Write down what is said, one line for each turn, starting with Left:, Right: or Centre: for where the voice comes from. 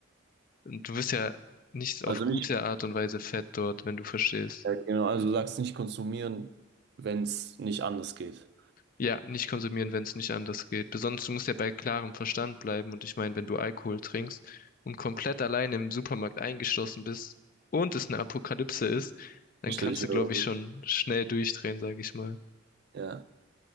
Left: du wirst ja nicht auf
Right: Also
Left: gute
Right: nicht,
Left: Art und Weise fett dort, wenn du verstehst.
Right: ja, genau, also du sagst nicht konsumieren, wenn es nicht anders geht.
Left: Ja, nicht konsumieren, wenn es nicht anders geht. Besonders du musst ja bei klarem Verstand bleiben. Und ich meine, wenn du Alkohol trinkst und komplett allein im Supermarkt eingeschlossen bist und es eine Apokalypse ist, dann
Right: Stell
Left: kannst
Right: dich wieder
Left: du, glaube
Right: mal
Left: ich, schon schnell durchdrehen, sage ich mal.
Right: Ja.